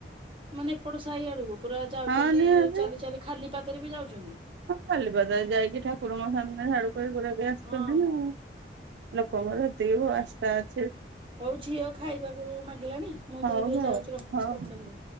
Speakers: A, on the right; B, on the right.
A: ମାନେ ଏପଟ ସାଇ ଆଡକୁ ପୁରା ଯାଉଛନ୍ତି-
B: ହଁ ନିହାତି
A: ଖାଲି ପାଦରେ ବି ଯାଉଛନ୍ତି।
B: ହଁ ଖାଲି ପାଦରେ ଯାଇକି ଠାକୁରଙ୍କ ସାମ୍ନା ଆଡୁ ସକାଳୁ ପୁରା ଗ୍ୟାସ
A: ହଁ
B: କରିଦେମି ଆଉ। ଲୋକଙ୍କର ଦେବ ଆସାତା।
A: ହଉ ଝିଅ ଖାଇବାକୁ ମାଗିଲାଣି ମୁଁ
B: ହଉ
A: ତ ଏବେ
B: ହଉ
A: ଯାଉଛି ରଖୁଛି
B: ହଉ।
A: ସକାଳୁ କରିବା।